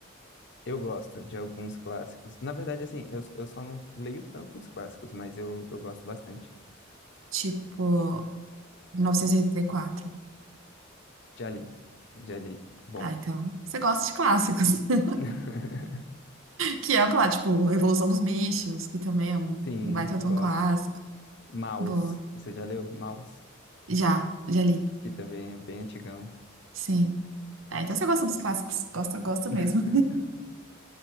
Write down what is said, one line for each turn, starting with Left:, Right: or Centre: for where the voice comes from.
Left: Eu gosto de alguns clássicos. Na verdade, assim, eu, eu só não leio tanto os clássicos, mas eu, eu gosto bastante.
Right: Tipo, 1984.
Left: Já li. Já li. Bom.
Right: Ah, então, você gosta de clássicos. <laughs>
Left: <laughs>
Right: Que é um clássico, tipo, Revolução dos Bichos, que também é um,
Left: Sim,
Right: um baita de
Left: gosto.
Right: um clássico.
Left: Maus.
Right: Boa.
Left: Você já leu Maus?
Right: Já, já li.
Left: Que também é bem antigão.
Right: Sim. Ah, então você gosta dos clássicos. Gosta, gosta mesmo.
Left: <laughs>